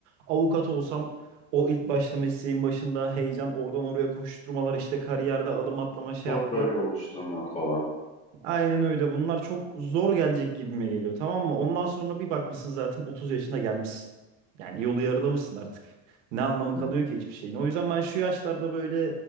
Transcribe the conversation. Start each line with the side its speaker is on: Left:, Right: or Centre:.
Right: avukat olsam o ilk başta mesleğin başında heyecan oradan oraya koşturmalar işte kariyerde adım atlama şey
Left: Portföy
Right: yapma.
Left: oluşturmak falan.
Right: Aynen öyle. Bunlar çok zor gelecek gibime geliyor. Tamam mı? Ondan sonra bir bakmışsın zaten 30 yaşına gelmişsin. Yani yolu yarılamışsın artık. Ne anlamı
Left: Hı.
Right: kalıyor ki hiçbir şeyin? O yüzden ben şu yaşlarda böyle